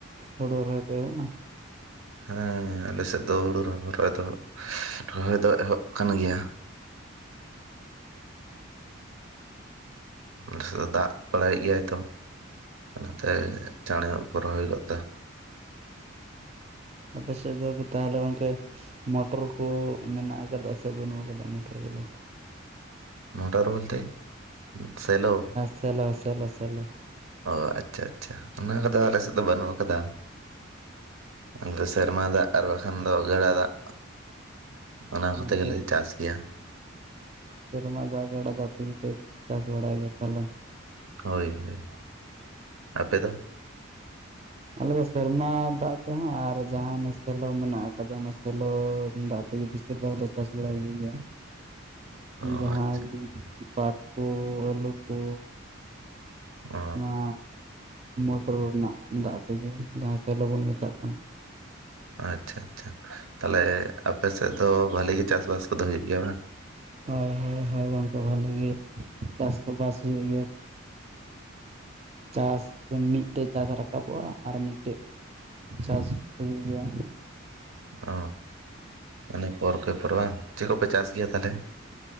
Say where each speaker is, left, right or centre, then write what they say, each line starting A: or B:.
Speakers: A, on the right; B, on the right.
A: ᱦᱩᱲᱩ ᱨᱚᱦᱚᱭ ᱠᱚ ᱮᱦᱚᱵ ᱱᱟ?
B: ᱦᱮᱸ ᱟᱞᱮ ᱥᱮᱫ ᱫᱚ ᱦᱩᱲᱩ ᱨᱚᱦᱚᱭ ᱫᱚ ᱨᱚᱦᱚᱭ ᱫᱚ ᱮᱦᱚᱵ ᱠᱟᱱ ᱜᱮᱭᱟ᱾ ᱟᱞᱮ ᱥᱮᱫ ᱫᱚ ᱫᱟᱜ ᱵᱟᱲᱟᱭᱮᱫ ᱜᱮᱭᱟᱭ ᱛᱚ ᱚᱱᱟᱛᱮ ᱪᱟᱸᱬᱮ ᱧᱚᱜ ᱜᱮᱠᱚ ᱨᱚᱦᱚᱭ ᱜᱚᱫᱟ᱾
A: ᱟᱯᱮ ᱥᱮᱫ ᱫᱚ ᱛᱟᱦᱚᱞᱮ ᱜᱚᱢᱠᱮ ᱢᱚᱴᱚᱨ ᱠᱚ ᱢᱮᱱᱟᱜ ᱟᱠᱟᱫᱟ ᱥᱮ ᱵᱟᱹᱱᱩᱜ ᱟᱠᱟᱫᱟ ᱢᱚᱴᱚᱨ ᱠᱚᱫᱚ?
B: ᱢᱳᱴᱚᱨ ᱵᱚᱞᱛᱮ ᱥᱮᱞᱳ?
A: ᱥᱮᱞᱳ ᱥᱮᱞᱳ ᱥᱮᱞᱳ᱾
B: ᱚ ᱟᱪᱪᱷᱟ ᱟᱪᱪᱷᱟ ᱚᱱᱟ ᱠᱚᱫᱚ ᱟᱞᱮ ᱥᱮᱫ ᱫᱚ ᱵᱟᱹᱱᱩᱜ ᱟᱠᱟᱫᱟ᱾ ᱟᱫᱚ ᱥᱮᱨᱢᱟ ᱫᱟᱜ ᱟᱵᱠᱷᱟᱱ ᱫᱚ ᱜᱟᱰᱟ ᱫᱟᱜ ᱚᱱᱟ
A: ᱦᱩᱸ
B: ᱠᱚᱛᱮ
A: ᱥᱮ
B: ᱜᱮᱞᱮ ᱪᱟᱥ ᱜᱮᱭᱟ᱾
A: ᱥᱮᱨᱢᱟ ᱫᱟᱜ ᱜᱟᱰᱟ ᱫᱟᱜ ᱛᱮᱜᱮᱯᱮ ᱪᱟᱥ ᱵᱟᱲᱟᱭ ᱜᱮᱭᱟ ᱛᱟᱦᱚᱞᱮ ᱾
B: ᱦᱳᱭ ᱦᱳᱭ ᱾ᱟᱯᱮ ᱫᱚ?
A: ᱟᱞᱮ ᱫᱚ ᱥᱮᱨᱢᱟ ᱫᱟᱜ ᱛᱮᱦᱚᱸ ᱟᱨ ᱡᱟᱦᱟᱸ ᱥᱮᱞᱳ ᱢᱮᱱᱟᱜ ᱟᱠᱟᱫᱟ ᱚᱱᱟ ᱥᱮᱞᱳ ᱫᱟᱜ ᱛᱮᱜᱮ ᱵᱮᱥᱤ ᱵᱮᱥᱤ ᱫᱚ ᱪᱟᱥ ᱵᱟᱲᱟᱭ ᱦᱩᱭᱩᱜ ᱜᱮᱭᱟ᱾
B: ᱚ
A: ᱡᱟᱦᱟᱸ
B: ᱟᱪᱪᱷᱟ
A: ᱯᱟᱴ ᱠᱩ ᱟᱹᱞᱩ ᱠᱚ
B: ᱚ
A: ᱚᱱᱟ ᱢᱚᱴᱚᱨ ᱨᱮᱱᱟᱜ ᱫᱟᱜ ᱛᱮᱜᱮ ᱡᱟᱦᱟᱸ ᱥᱮᱞᱳ ᱵᱚᱱ ᱢᱮᱛᱟᱜ ᱠᱟᱱ᱾
B: ᱟᱪᱪᱷᱟ ᱟᱪᱪᱷᱟ ᱛᱟᱦᱚᱞᱮ ᱟᱯᱮ ᱥᱮᱫ ᱫᱚ ᱵᱷᱟᱞᱤ ᱜᱮ ᱪᱟᱥᱵᱟᱥ ᱠᱚᱫᱚ ᱦᱩᱭᱩᱜ ᱜᱮᱭᱟ ᱵᱟᱝ?
A: ᱦᱳᱭ ᱦᱳᱭ ᱦᱳᱭ ᱜᱚᱝᱠᱮ ᱵᱷᱷᱟᱞᱤ ᱜᱮ ᱪᱟᱥ ᱵᱟᱥ ᱦᱩᱭᱩᱜ ᱜᱮᱭᱟ᱾ ᱪᱟᱥ ᱫᱚ ᱢᱤᱫᱴᱮᱡ <unintelligible> ᱨᱟᱠᱟᱵᱚᱜᱼᱟ ᱟᱨ ᱢᱤᱫᱴᱮᱡ ᱪᱟᱥ ᱦᱩᱭᱩᱜ ᱜᱮᱭᱟ᱾
B: ᱚ, ᱢᱟᱱᱮ ᱯᱚᱨᱠᱮ ᱯᱚᱨ ᱵᱟᱝ, ᱪᱮᱫ ᱠᱚᱯᱮ ᱪᱟᱥ ᱜᱮᱭᱟ ᱛᱟᱦᱚᱞᱮ?